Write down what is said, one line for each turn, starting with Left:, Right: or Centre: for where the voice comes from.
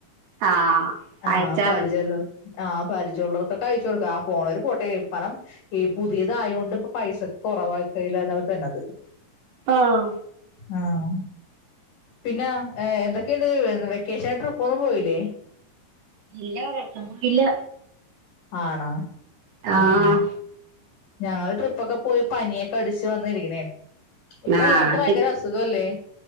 Right: ആഹ്
Left: ആഹ്
Right: അയച്ചാ
Left: പരിചയല്ലൊ
Right: മതി
Left: ആഹ് പരിചയള്ളോർക്കൊക്കെ അയച്ചു കൊടുക്ക് ആഹ് പോണോര് പോട്ടെ <unintelligible> ഈ പുതിയതായോണ്ട് ഇപ്പ പൈസക്ക് കൊറവാക്കലിലാണ് അവർ തര്നത്.
Right: ആണോ
Left: ആഹ്. പിന്നെ എന്തൊക്കെണ്ട് വെക്കേഷൻ ട്രി പ്പൊന്നും പോയിലേ?
Right: ഇല്ല ഒരട്ത്തൊന്നും ഇല്ല
Left: ആണോ,
Right: ആഹ്
Left: മ് ഹാ ഞങ്ങൾ ട്രിപ്പൊക്കെ പോയി പനിയൊക്കെ അടിച്ചു വന്നിരിക്ക്ണേ ണ്. ഇപ്പ
Right: നാട്ടി
Left: എല്ലാടത്തും ഭയങ്കര അസുഖല്ലേ?